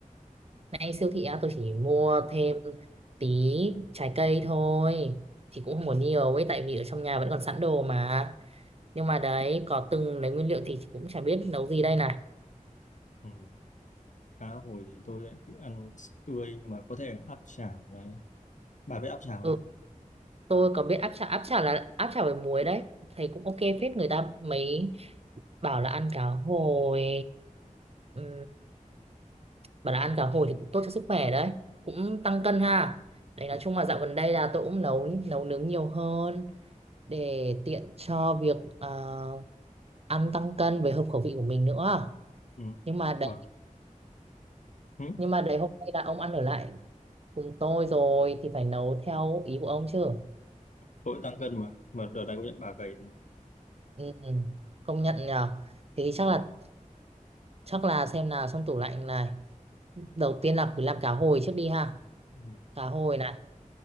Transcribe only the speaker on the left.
Ừ.
Ừ. Cá hồi thì tôi lại thích ăn tươi nhưng mà có thể áp chảo này. Bà biết áp chảo không?
Ừ.
Bà.
Ừ.
Tôi tăng cân mà. Mà đợt này công nhận bà gầy.
Ừ.